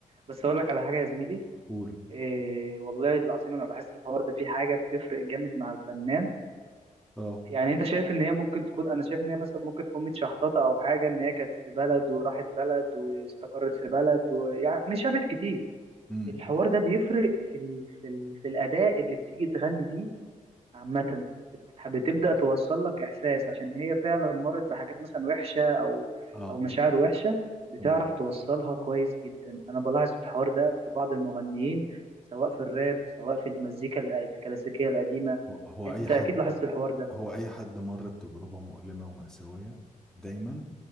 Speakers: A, on the right (about 45°); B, in the centre.
A: بس اقول لك على حاجه يا زميلي
B: قول
A: إيه والله العظيم انا لاحظت الحوار ده في حاجه بتفرق جامد مع الفنان
B: اه
A: يعني انت شايف ان هي ممكن تكون انا شايف ان هي مثلا ممكن تكون متشحططه او حاجه ان هي كانت في بلد وراحت بلد واستقرت في بلد ويعني شافت كتير
B: امم
A: الحوار ده بيفرق في ال... في ال... في الاداء اللي بتيجي تغني بيه عامة بت- بتبدأ توصل لك إحساس عشان هي فعلا مرت بحاجات مثلا وحشة أو
B: اه
A: أو مشاعر وحشة بتعرف
B: امم
A: توصلها كويس جدا أنا بلاحظ الحوار ده في بعض المغنيين سواء في الراب سواء في المزيكا ال- الكلاسيكية القديمة
B: هو هو
A: أنت
B: اي حد
A: أكيد لاحظت الحوار ده
B: هو اي حد مر بتجربة مؤلمة ومأساوية دايما